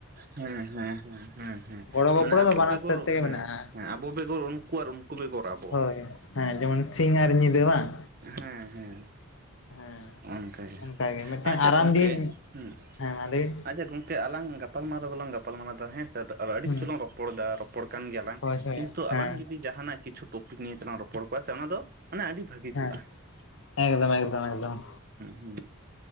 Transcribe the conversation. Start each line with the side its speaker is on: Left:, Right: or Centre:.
Right: ᱦᱮᱸ ᱦᱮᱸ ᱦᱮᱸ ᱦᱮᱸ ᱦᱮᱸ
Left: ᱜᱚᱲᱚ ᱜᱚᱯᱚᱲᱚ
Right: ᱢᱟᱱᱮ ᱟᱵᱚ
Left: ᱫᱚ ᱵᱟᱱᱟᱨ
Right: ᱵᱮᱜᱚᱨ
Left: ᱥᱮᱫ ᱛᱮᱜᱮ
Right: ᱦᱮᱸ
Left: ᱢᱮᱱᱟᱜᱼᱟ
Right: ᱦᱮᱸ ᱟᱵᱚ ᱵᱮᱜᱚᱨ ᱩᱱᱠᱩ ᱠᱚ ᱵᱮᱜᱚᱨᱟᱵᱚ
Left: ᱦᱳᱭ ᱦᱮᱸ ᱡᱮᱢᱚᱱ ᱥᱤᱧ ᱟᱨ ᱧᱤᱫᱟᱹ ᱵᱟᱝ
Right: ᱦᱮᱸ ᱦᱮᱸ
Left: ᱦᱮᱸ
Right: ᱚᱱᱠᱟ ᱜᱮ
Left: ᱚᱱᱠᱟᱜᱮ ᱢᱤᱫᱴᱟᱝ
Right: ᱟᱪᱪᱷᱟ
Left: ᱟᱨᱟᱢ
Right: ᱜᱚᱝᱠᱮ
Left: ᱫᱤᱱ
Right: ᱦᱩᱸ
Left: ᱦᱮᱸ ᱢᱟ ᱞᱟᱹᱭ ᱵᱤᱱ
Right: ᱟᱪᱪᱷᱟ ᱜᱚᱝᱠᱮ ᱟᱞᱟᱝ ᱜᱟᱯᱟᱞᱢᱟᱣ ᱫᱚᱞᱟᱝ ᱜᱟᱯᱟᱞ ᱢᱟᱨᱟᱣᱫᱟ ᱦᱮᱸ ᱥᱮ <unintelligible> ᱟᱹᱰᱤ
Left: ᱦᱩᱸ
Right: ᱠᱤᱪᱷᱩ ᱞᱟᱝ ᱨᱚᱯᱚᱲ ᱫᱟ ᱨᱚᱯᱚᱲ ᱠᱟᱱ ᱜᱮᱭᱟᱞᱟᱝ
Left: ᱦᱳᱭ ᱦᱳᱭ
Right: ᱠᱤᱱᱛᱩ
Left: ᱦᱮᱸ
Right: ᱟᱞᱟᱝ ᱡᱩᱫᱤ ᱡᱟᱦᱟᱱᱟᱜ ᱠᱤᱪᱷᱩ ᱴᱚᱯᱤᱠ ᱱᱤᱭᱟ ᱪᱟᱞᱟᱝ ᱨᱚᱯᱚᱲ ᱠᱚᱣᱟ ᱥᱮ ᱚᱱᱟ ᱫᱚ ᱢᱟᱱᱮ ᱟᱹᱰᱤ ᱵᱷᱟᱹᱜᱤ,
Left: ᱦᱮᱸ
Right: ᱠᱚᱜᱼᱟ
Left: ᱮᱠᱫᱚᱢ ᱮᱠᱫᱚᱢ ᱮᱠᱫᱚᱢ᱾
Right: ᱦᱩ